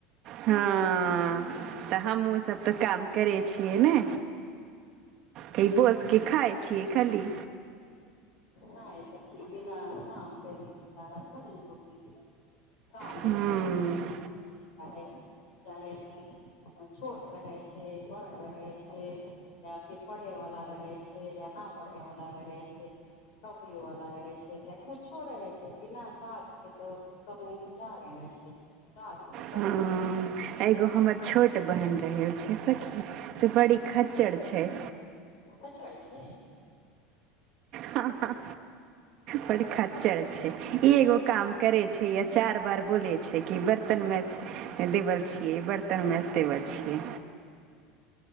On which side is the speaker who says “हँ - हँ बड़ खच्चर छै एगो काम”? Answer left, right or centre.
Right